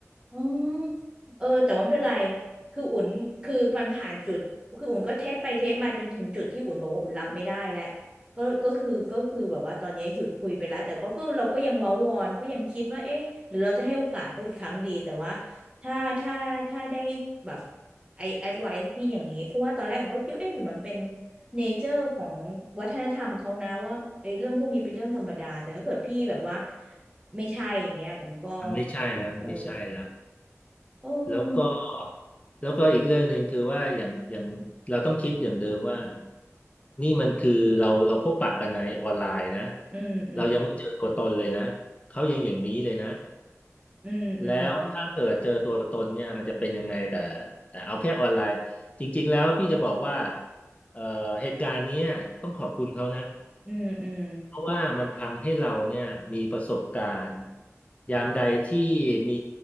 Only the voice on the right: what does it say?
อืมเออแต่ว่าไม่เป็นไรคืออุ่นคือมันผ่านจุดคืออุ่นก็เทสไปเทสมาจนถึงจุดที่อุ่นบอกว่าอุ่นรับไม่ได้แล้วก็ก็คือก็คือแบบว่าตอนนี้หยุดคุยไปแล้วแต่ก็ก็เราก็ยังเว้าวอนก็ยังคิดว่าเอ๊ะหรือเราจะให้โอกาสเขาอีกครั้งดีแต่ว่าถ้าถ้าถ้าได้แบบไอแอดไวซ์พี่อย่างนี้เพราะว่าตอนแรกผมก็คิดว่าเอ๊ะหรือมันเป็นเนเจอร์ของวัฒนธรรมเขานะว่าไอ้เรื่องพวกนี้เป็นเรื่องธรรมดาแต่ถ้าเกิดพี่แบบว่าไม่ใช่อย่างเงี้ยผมก็
เออ โอ้ย
อืมอืม
อืมอืมอืม
อืมอืม